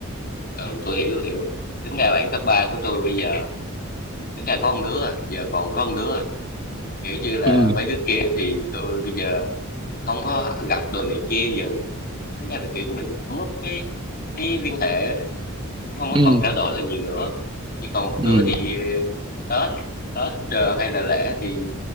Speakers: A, on the left (about 45°); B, on the right (about 20°).
A: ừ tôi hiểu tôi hiểu tính ra bạn cấp 3 của tôi bây giờ tính ra có con đứa à, giờ còn có con đứa à. kiểu như là
B: ừ
A: với đứa kia thì tôi bây giờ không có gặp đồ này kia dần tính ra là kiểu như mình cũng mất cái cái liên hệ á. không có
B: ừ
A: còn trao đổi là nhiều nữa chỉ còn một
B: ừ
A: đứa thì ờ, Tết Tết ờ, hay là lễ thì